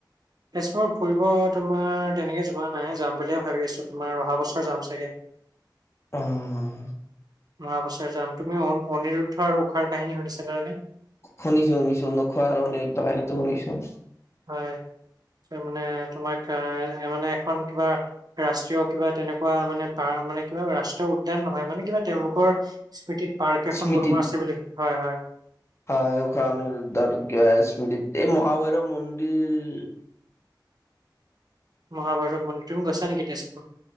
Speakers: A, on the right; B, on the left.
A: তেজপুৰ ফুৰিব তোমাৰ তেনেকে যোৱা নাই যাম বুলিয়ে ভাবি আছো তোমাৰ অহা বছ বছৰ যাম চাগে,
B: অ
A: অহা বছৰ যাম তুমি অন অনিৰু দ্ধ আৰু ঊষাৰ কাহিনী শুনিছা নে মানে।
B: শুনিছো- শুনিছো ঊখা আৰু অনিৰুদ্ধ কাহিনীটো শুনিছো।
A: হয়। মানে তোমাক এনে মানে এখন কিবা ৰাষ্ট্ৰীয় কিবা তেনেকুৱা মানে পাৰ মানে কিবা ৰাষ্ট্ৰীয় উদ্যান নহয় মানে কিবা তেওঁলোকৰ স্মৃতিত পাৰ্ক এখন
B: স্মৃতিত
A: বনোৱা আছে বুলি। হয়-হয়।
B: হয়, ঊষা, অনিৰুদ্ধত স্মৃতি এই মহাভৈৰৱ মন্দিৰ
A: মহাভৈৰৱ মন্দিৰ, তুমি গৈছা নেকি তেজপুৰ।